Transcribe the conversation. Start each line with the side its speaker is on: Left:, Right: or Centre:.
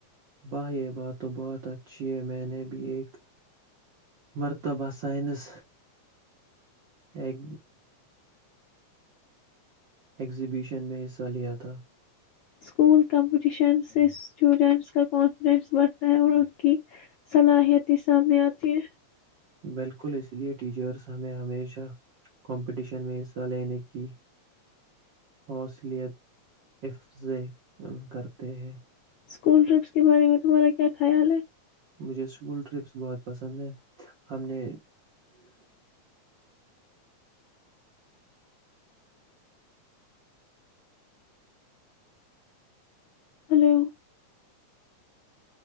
Right: باہ بات تو بہت اچھی ہے میں نے بھی ایک مرتبہ سائنس ایک ایگزیبیشن میں حصہ لیا تھا
Left: اسکول کمپٹیشن سے اسٹوڈینٹس کا کانفیڈینس بڑھتا ہے اور ان کی صلاحیتیں سامنے آتی ہے
Right: بالکل اس لیے ٹیچرس ہمیں ہمیشہ کمپٹیشن میں حصہ لینے کی حوصلیت افظے کرتے ہیں
Left: اسکول ٹرپس کے بارے میں تمہارا کیا خیال ہے
Right: مجھے اسکول ٹرپس بہت پسند ہیں ہم نے
Left: ہلو <unintelligible>